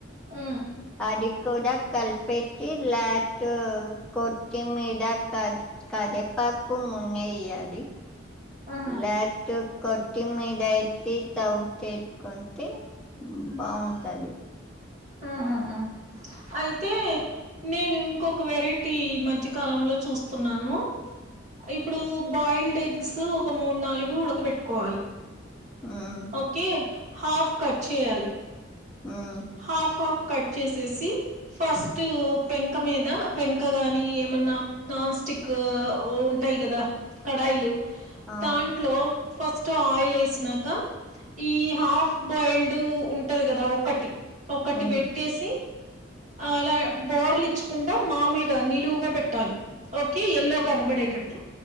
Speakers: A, on the right (about 35°); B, in the centre.
A: మ్
B: అది కూడా కల్పెట్టి లాటు కొటి మీడ కా కాడ్ రెపాకు మున్దు ఎయాలి
A: మ్
B: లాటు కొట్టి మీడ ఎట్టి టవ్ చేసుకుంటే మ్ బావుంటది
A: మ్ హుహు అయితే నేను ఇంకొక వెరైటీ ఈ మధ్యకాలంలో చూస్తున్నాను ఇప్పుడు బాయిల్డ్ ఎగ్స్ ఒక మూడు నాలుగు ఉడకబెట్టుకోవాలి
B: మ్మ్
A: ఓకే హాఫ్ కట్ చేయాలి
B: మ్మ్
A: హాఫ్ హాఫ్ కట్ చేసేసి ఫస్టు పెంక మీద పెంక గాని ఏమన్నా నాన్ స్టిక్ ఉంటాయి కదా కడాయిలు
B: ఆ
A: దాంట్లో ఫస్ట్ ఆయిల్ వేసినాక ఈ హాఫ్ బాయిల్డ్ ఉంటది కదా ఒకటి ఒకటి
B: మ్మ్
A: బెట్టేసి అలా బోర్ల ఇచ్చకుండా మామూలుగా నిలువుగా పెట్టాలి ఓకే ఎల్లో కనబడేటట్లు